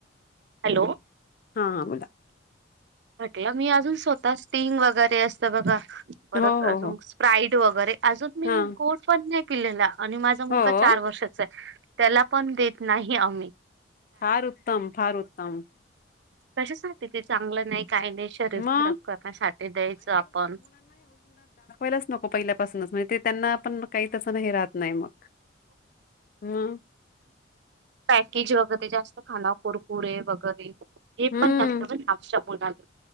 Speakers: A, on the right (about 60°); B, on the left (about 45°).
A: हॅलो
B: हा हा बोला.
A: म्हटलं मी अजून स्वतः स्टिंग वगैरे असतं बघा. परत
B: हो हो
A: अजून
B: हो
A: स्प्राईट. वगैरे. अजून मी
B: हा
A: गोड पण नाही. केलेला. आणि माझा मुलगा
B: हो
A: चार वर्षाचा आहे. त्याला पण देत नाही आम्ही.
B: फार उत्तम फार उत्तम.
A: कश सगते ते चांगलं नाही. काही नाही शरीर
B: मग
A: खराब करण्यासाठी द्यायचं आपण.
B: लाच नको पहिल्यापासच म्हज ते त्यांना पण काही तसं हे राहत नाही मग हम्म
A: पॅकेज वगैरे जास्त खाण कुरकुरे वगैरे. हे
B: हम्म
A: पण नसतं पण आमच्या मुलांना.